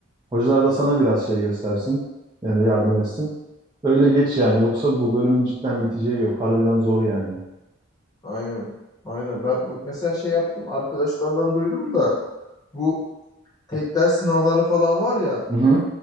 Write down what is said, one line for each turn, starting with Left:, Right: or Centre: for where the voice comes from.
Right: hocalar da sana biraz şey göstersin. Yani yardım etsin. Öyle geç yani yoksa bu bölümün cidden biteceği yok. Harbiden zor yani.
Left: Aynen. Aynen. Ben bak mesela şey yaptım arkadaşlardan duydum da bu tek ders sınavları falan var ya
Right: Hı hı.